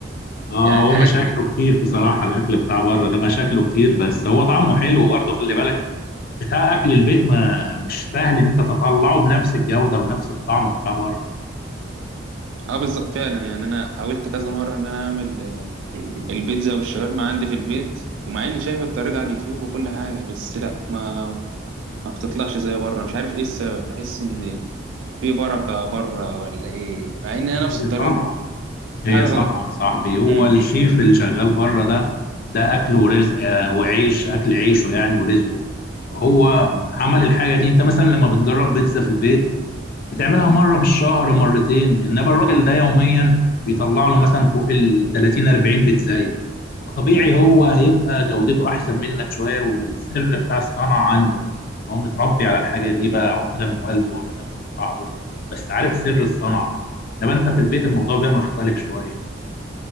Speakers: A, on the left; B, on the right.
A: اه
B: يعني
A: هو
B: الحاجات
A: مشاكله
B: دي
A: كتير بصراحة الأكل بتاع بره ده مشاكله كتير بس هو طعمه حلو برضه خلي بالك بتاع أكل البيت ما مش سهل إن أنت تطلعه بنفس الجودة ونفس الطعم بتاع بره
B: اه بالظبط فعلا يعني أنا حاولت كذا مرة إن أنا أعمل آه، البيتزا والشاورما عندي في البيت ومع إني شايف الطريقة على اليوتيوب وكل حاجة بس لأ ما ما بتطلعش زي بره مش عارف ايه السبب بحس ان في بركه بره ولا ايه مع ان هي نفس
A: هي
B: الطريقه
A: صنعة هي
B: في حاجه
A: صنعة
B: غلط
A: يا صاحبي هو
B: امم
A: الشيف اللي شغال بره ده ده أكل ورزق آه، وعيش أكل عيشه يعني ورزقه فهو عمل الحاجة دي أنت مثلا لما بتجرب بيتزا في البيت بتعملها مرة في الشهر مرتين إنما الراجل ده يوميا بيطلع له مثلا فوق ال 30 40 بيتزا وطبيعي هو هيبقى جودته احسن منك شويه والسر بتاع الصنعه عنده ان هو متربي على الحاجه دي بقى واخدها من والده واخدها من واحد صاحبه بس عارف سر الصنعه انما انت في البيت الموضوع بيبقى مختلف شويه